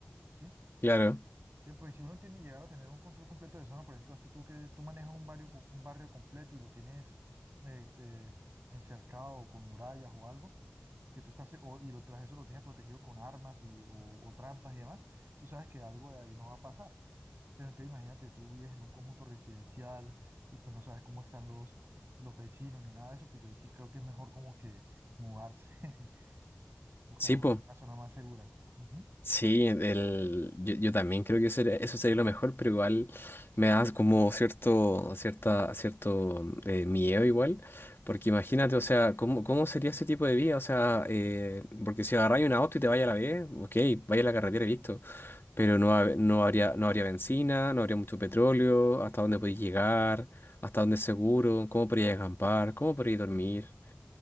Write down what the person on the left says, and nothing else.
Claro.
Sí,
pues.
Sí, el, yo, yo también creo que eso, era- eso sería lo mejor, pero igual me da como cierto, cierta, cierto eh, miedo igual, porque imagínate, o sea, ¿cómo, cómo sería ese tipo de vida? O sea, eh, porque si agarráis un auto y te vaya a la vez, ok, vaya a la carretera y listo, pero no, hab- no habría, no habría benzina, no habría mucho petróleo, hasta dónde podéis llegar, hasta dónde es seguro, cómo podríais acampar, cómo podríais dormir.